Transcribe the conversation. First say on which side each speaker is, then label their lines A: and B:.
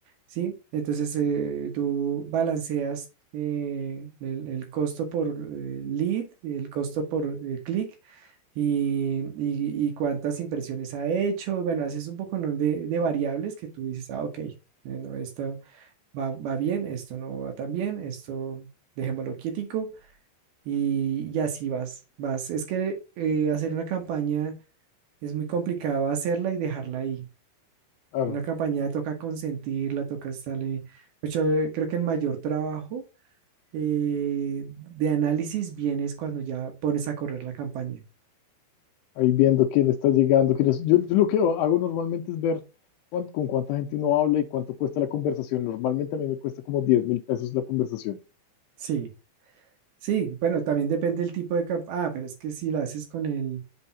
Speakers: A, on the right (about 65°); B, on the left (about 80°).
A: Sí, entonces eh, tú balanceas eh, el, el costo por eh, lead, el costo por eh, clic y, y- y cuántas impresiones ha hecho. Bueno, haces un poco, ¿no? de, de variables que tú dices, ah, ok, bueno, esto va, va bien, esto no va tan bien, esto dejémoslo quietico y, y así vas, vas. Es que eh, hacer una campaña es muy complicado hacerla y dejarla ahí.
B: claro.
A: Una campaña toca consentirla, toca estarle. Mucho, eh, creo que el mayor trabajo eh, de análisis viene es cuando ya pones a correr la campaña.
B: Ahí viendo quién está llegando, quién es. Yo, yo lo que hago normalmente es ver cuán- con cuánta gente uno habla y cuánto cuesta la conversación. Normalmente a mí me cuesta como diez mil pesos la conversación.
A: Sí, sí, bueno, también depende del tipo de campaña. Ah, pero es que si la haces con el,